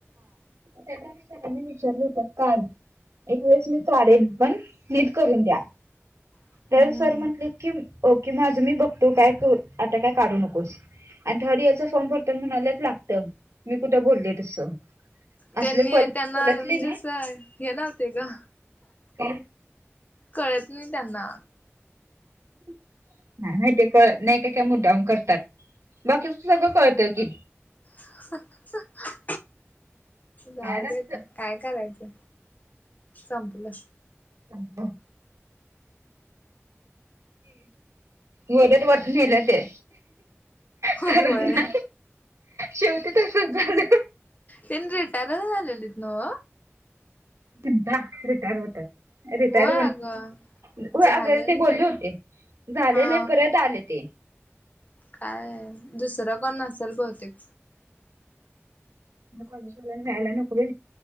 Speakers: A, on the right (about 80°); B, on the left (about 35°).
A: त्यानी विचारलं होतं काय एक वेळेस मी स्वारेन पण नीट करून द्या
B: हम्म
A: तर सर म्हंटले की ओके माझं मी बघतो काय आता काय काढू नकोस आणि थर्ड एयरच फॉर्म भरताना म्हणायलाच लागतं मी कुठं बोलले तसं
B: त्यांनी
A: असले पल
B: त्यांना
A: पलटले
B: म्हणजे असं हे नव्हते का
A: का
B: कळत नाही त्यांना
A: नाही नाही ते कळत नाही काय काय मुद्दाम करतात बाकीच सगळं कळतंय की
B: हस स जाऊदे
A: काय नसत
B: आता काय करायचं संपलं
A: हंप वरत वाटुन नेल्या ते कारण
B: होय
A: ना शेवटी तसच झालं
B: तिनरी टरहललित नव
A: पींदा रिटायर होतायत रिटायर
B: होय
A: होणार
B: अगं
A: होय
B: झालेल
A: अग ते बोलली होती झालेले
B: हा
A: परत आले ते
B: काय दुसर कोण नसेल बहुतेक
A: कॉलेजवाल्याना न्यायाला नको होय